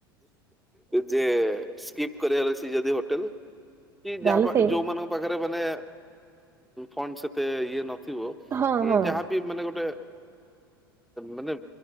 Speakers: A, in the centre; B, on the right.
A: ଯେ ସ୍କିପ୍ କରିବାର ଅଛି ସ ଯଦି ହୋଟେଲ, କି
B: ତାହେଲେ
A: ଯାହା
B: ସେଇ
A: ଯୋଉମାନଙ୍କ ପାଖରେ ମାନେ ଫଣ୍ଡ ସେତେ ଇଏ ନଥିବ
B: ହଁ
A: କି
B: ହଁ।
A: ଯାହାବି ମାନେ ଗୋଟେ ମାନେ